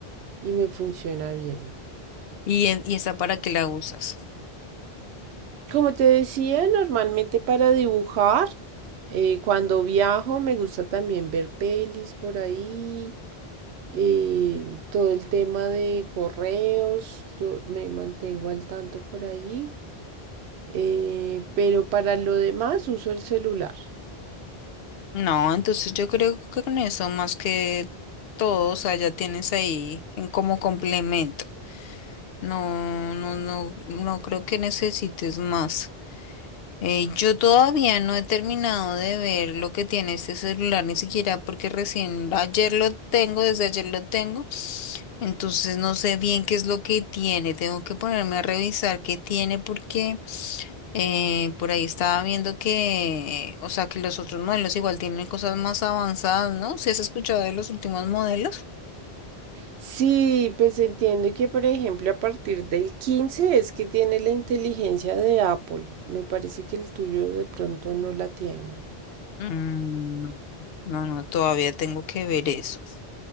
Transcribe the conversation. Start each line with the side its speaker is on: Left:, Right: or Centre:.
Right: y me funciona bien.
Left: ¿Y, en- y esa para qué la usas?
Right: Como te decía, normalmente para dibujar, eh, cuando viajo me gusta también ver pelis por ahí, eh, todo el tema de correos, lo- me mantengo al tanto por ahí, eh, pero para lo demás uso el celular.
Left: No, entonces yo creo que con eso más que todo, o sea, ya tienes ahí en como complemento. No, no, no, no creo que necesites más. Eh, yo todavía no he terminado de ver lo que tiene este celular, ni siquiera porque recién ayer lo tengo, desde ayer lo tengo. Entonces no sé bien qué es lo que tiene, tengo que ponerme a revisar qué tiene porque eh, por ahí estaba viendo que, o sea, que los otros modelos igual tienen cosas más avanzadas, ¿no? Si has escuchado de los últimos modelos?
Right: Sí, pues entiendo que, por ejemplo, a partir del 15 es que tiene la inteligencia de Apple. Me parece que el tuyo de pronto no la tiene.
Left: Mm, no, no, todavía tengo que ver eso.